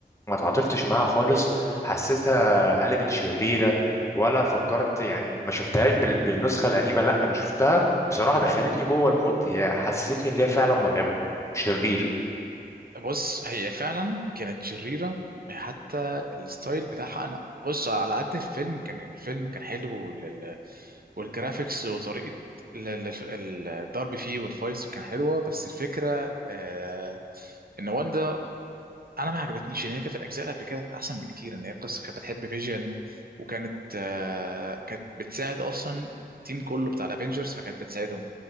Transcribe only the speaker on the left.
ما تعاطفتش معاها خالص حسيتها قلبت شريرة ولا فكرت يعني ما شفتهاش بال... بالنسخة القديمة لا أنا شفتها بصراحة دخلتني جوه المود حسستني اللي هي فعلا مرعبة شرير